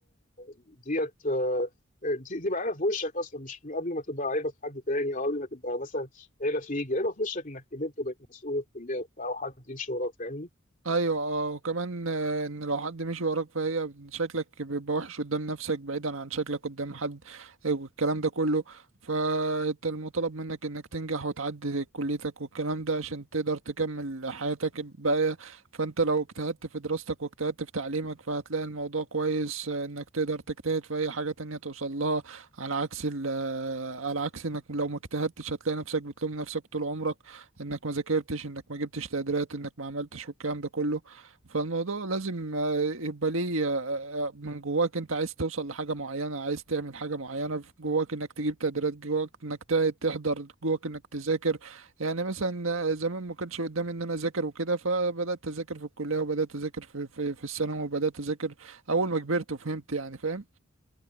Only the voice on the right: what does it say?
ايوه اه وكمان آه، ان لو حد مشي وراك فهي شكلك بيبقى وحش قدام نفسك بعيدا عن شكلك قدام حد آه، والكلام ده كله فانت المطالب منك انك تنجح وتعدي كليتك والكلام ده عشان تقدر تكمل حياتك الباقية فانت لو اجتهدت في دراستك واجتهدت في تعليمك فهتلاقي الموضوع كويس آه، انك تقدر تجتهد في اي حاجة تانية توصل لها على عكس ال- آه، على عكس انك لو ما اجتهدتش هتلاقي نفسك بتلوم نفسك طول عمرك انك ما ذاكرتش انك ما جبتش تقديرات انك ما عملتش والكلام ده كله فالموضوع لازم آه، يبقى ليه آه، من جواك انت عايز توصل لحاجة معينة عايز تعمل حاجة معينة في جواك انك تجيب تقديرات جواك انك ت- تحضر جواك انك تذاكر يعني مثلا آه، زمان ما كانش قدامي ان انا اذاكر وكده فبدأت اذاكر في الكلية وبدأت اذاكر في في, في الثانوي وبدأت اذاكر اول ما كبرت وفهمت يعني فاهم